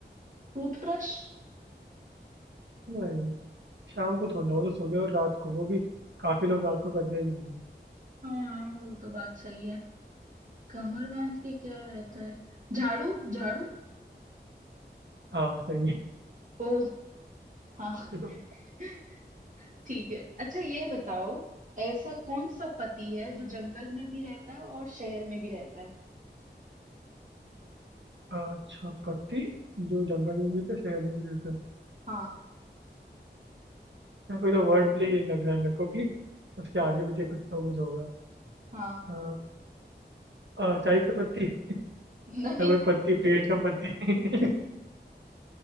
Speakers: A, on the right; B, on the right.
A: टूथब्रश
B: नहीं शाम को थोड़ा ना वो तो सुबह और रात को वो भी काफी लोग रात को करते भी नहीं है
A: हाँ वो तो बात सही है कमर बांध के क्या रहता है झाड़ू झाड़ू
B: हाँ सही है
A: ओ हाँ
B: <laughs>
A: <laughs> ठीक है अच्छा ये बताओ ऐसा कौन सा पति है जो जंगल में भी रहता है और शहर में भी रहता है
B: अच्छा पति जो जंगल में भी होता है शहर में भी होता है
A: हाँ
B: यार, कोई तो वर्ड प्ले ही लग रहा है मेरे को कि उसके आगे पीछे कुछ तो कुछ होगा
A: हाँ
B: अ, अ, चाय का पत्ती <laughs>
A: नहीं
B: या कोई पत्ती पेड़ का पत्ती <laughs>